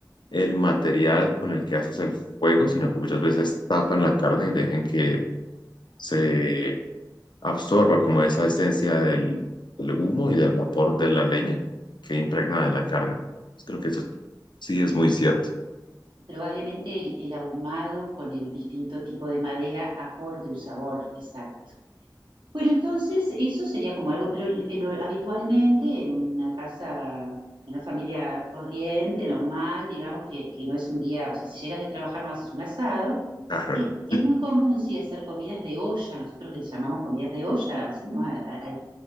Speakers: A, on the left (about 75°); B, on the right (about 85°).
A: el material con el que haces el fuego, sino que muchas veces tapan la carne y dejen que se absorba como esa esencia del, del humo y del vapor de la leña que impregna en la carne. Pues Creo que eso es- sí es muy cierto.
B: Probablemente el, el ahumado con el distinto tipo de madera aporte un sabor, exacto. Bueno, entonces eso sería como algo, pero, pero habitualmente en una casa, en una familia corriente, normal, digamos que, que no es un día, o sea, si llegas de trabajar no haces un asado,
A: Claro,
B: eh,
A: ¿no?
B: es
A: <laughs>
B: muy común sí hacer comidas de olla, nosotros les llamamos comidas de olla, ¿sí? ¿no? A- a- a-